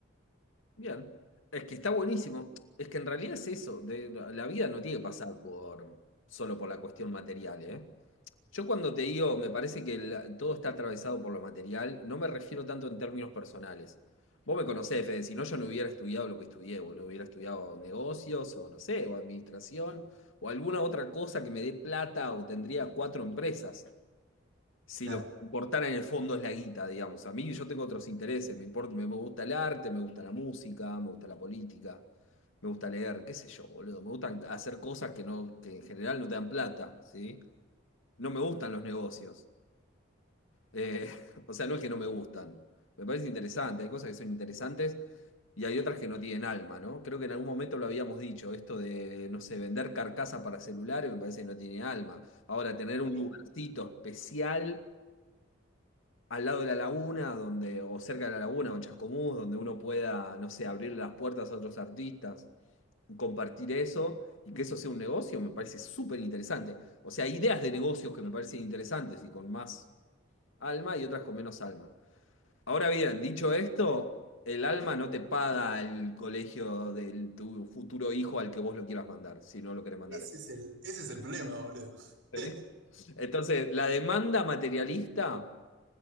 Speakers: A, on the left (about 80°); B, on the right (about 65°).
A: Bien. Es que está buenísimo. Es que en realidad es eso, de, la vida no tiene que pasar por, solo por la cuestión material, ¿eh? Yo cuando te digo, me parece que la- todo está atravesado por lo material, no me refiero tanto en términos personales. Vos me conocés, Fede, si no yo no hubiera estudiado lo que estudié, boludo, hubiera estudiado negocios o no sé, o administración o alguna otra cosa que me dé plata o tendría cuatro empresas. Si
B: Claro.
A: lo que me importara en el fondo es la guita, digamos. A mí yo tengo otros intereses, me importa, me, me gusta el arte, me gusta la música, me gusta la política, me gusta leer, qué sé yo, boludo. Me gustan hacer cosas que no, que en general no te dan plata, ¿sí? No me gustan los negocios. Eh, <laughs> o sea, no es que no me gustan. Me parece interesante, hay cosas que son interesantes y hay otras que no tienen alma, ¿no? Creo que en algún momento lo habíamos dicho, esto de, no sé, vender carcasa para celulares me parece que no tiene alma. Ahora, tener
B: Tal
A: un
B: cual.
A: lugarcito especial al lado de la laguna, donde, o cerca de la laguna, o en Chascomús, donde uno pueda, no sé, abrir las puertas a otros artistas, compartir eso y que eso sea un negocio, me parece súper interesante. O sea, hay ideas de negocios que me parecen interesantes y con más alma y otras con menos alma. Ahora bien, dicho esto, el alma no te paga el colegio de tu futuro hijo al que vos lo quieras mandar, si no lo querés mandar.
B: Ese es el, ese es el problema, boludo.
A: ¿sí?
B: <laughs>
A: Entonces, la demanda materialista